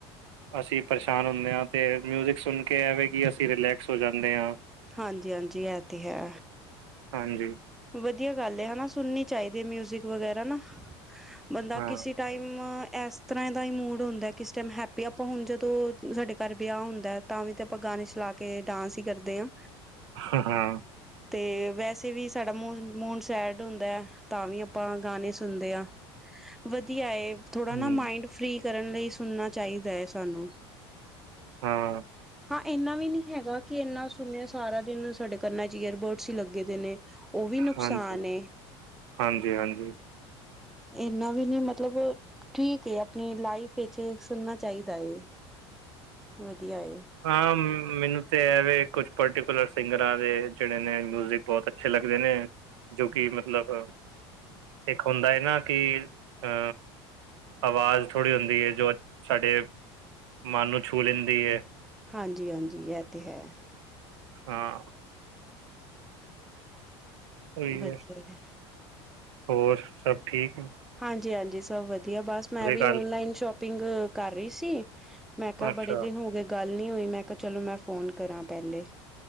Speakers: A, on the right; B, in the centre.
A: ਅਸੀਂ ਪਰੇਸ਼ਾਨ ਹੁੰਦੇ ਹਾਂ ਅਤੇ ਮਿਊਜ਼ਿਕ ਸੁਣ ਕੇ ਇਹ ਵੇ, ਕਿ ਅਸੀਂ ਰਿਲੈਕਸ ਹੋ ਜਾਂਦੇ ਹਾਂ।
B: ਹਾਂਜੀ ਹਾਂਜੀ, ਇਹ ਤੇ ਹੈ।
A: ਹਾਂਜੀ।
B: ਵਧੀਆ ਗੱਲ ਹਨਾ, ਸੁਣਨੀ ਚਾਹੀਦੀ ਹੈ ਮਿਊਜਿਕ ਵਗੈਰਾ ਨਾ- ਬੰਦਾ
A: ਹਾਂ,
B: ਕਿਸੇ ਟਾਈਮ, ਇਸ ਤਰ੍ਹਾਂ ਦਾ ਹੀ ਮੂਡ ਹੁੰਦਾ ਕਿਸ ਟੈਮ ਹੈਪੀ ਹੈ ਆਪਾਂ ਹੁਣ ਜਦੋਂ ਸਾਡੇ ਘਰ ਵਿਆਹ ਹੁੰਦਾ, ਤਾਂ ਵੀ ਤਾਂ ਆਪਾਂ ਗਾਣੇ ਚਲਾ ਕੇ ਡਾਂਸ ਹੀ ਕਰਦੇ ਹਾਂ।
A: ਹਾਂ ਹਾਂ
B: ਤੇ ਵੈਸੇ ਵੀ ਸਾਡਾ ਮੂਡ ਸੈਡ ਹੁੰਦਾ, ਤਾਂ ਵੀ ਆਪਾਂ ਗਾਣੇ ਸੁਣਦੇ ਹਾਂ। ਵਧੀਆ ਏ। ਥੋੜ੍ਹਾ ਨਾ
A: ਹੂੰ,
B: ਮਾਇੰਡ ਫ੍ਰਰੀ ਕਰਨ ਲਈ ਸੁਣਨਾ ਚਾਹੀਦਾ ਹੈ ਸਾਨੂੰ
A: ਹਾਂ
B: ਹਾਂ ਇੰਨਾ ਵੀ ਨਹੀਂ ਹੈਗਾ, ਕਿ ਇੰਨਾ ਸੁਣੀਏ ਸਾਰਾ ਦਿਨ ਸਾਡੇ ਕੰਨਾਂ ਚ ਈਅਰਬੋਡਸ ਹੀ ਲੱਗੇ ਦੇ ਨੇ। ਉਹ ਵੀ ਨੁਕਸਾਨ
A: ਹਾਂਜੀ,
B: ਏ।
A: ਹਾਂਜੀ, ਹਾਂਜੀ।
B: ਇਨਾ ਵੀ ਨੀ ਮਤਲਬ- ਠੀਕ ਏ ਆਪਣੀ ਲਾਈਫ ਵਿੱਚ ਸੁਣਨਾ ਚਾਹੀਦਾ ਹੈ, ਵਧੀਆ ਏ।
A: ਹਾਂ, ਮੈਨੂੰ ਤੇ ਇਹ ਵੇ ਕੁਛ ਪਰਟੀਕੁਲਰ ਸਿੰਗਰਾਂ ਦੇ ਜਿਹੜੇ ਨੇ ਮਿਊਜਿਕ ਬਹੁਤ ਅੱਛੇ ਲੱਗਦੇ ਨੇ ਜੋ, ਕਿ ਮਤਲਬ ਇੱਕ ਹੁੰਦਾ ਨਾ, ਕਿ ਅ ਆਵਾਜ਼ ਥੋੜ੍ਹੀ ਹੁੰਦੀ ਹੈ, ਜੋ ਸਾਡੇ ਮਨ ਨੂੰ ਛੂਹ ਲੈਂਦੀ ਹੈ।
B: ਹਾਂਜੀ ਹਾਂਜੀ, ਐ ਤੇ ਹੈ।
A: ਹਾਂ ਉਹੀ
B: ਬੱਚੇ
A: ਹੈ
B: ਏ
A: ਹੋਰ ਸਭ ਠੀਕ ਏ।
B: ਹਾਂਜੀ ਹਾਂਜੀ ਸਭ ਵਧੀਆ, ਬਸ ਮੈਂ ਵੀ
A: ਗੱਲ
B: ਓਨਲਾਈਨ ਸ਼ੋਪਿੰਗ ਕਰ ਰਹੀ ਸੀ। ਮੈਂ ਕਿਹਾ
A: ਅੱਛਾ
B: ਬੜੇ ਦਿਨ ਹੋ ਗਏ ਗੱਲ ਨੀ ਹੋਈ, ਮੈਂ ਕਿਹਾ ਚਲੋ ਮੈਂ ਫੋਨ ਕਰਾਂ ਪਹਿਲੇ।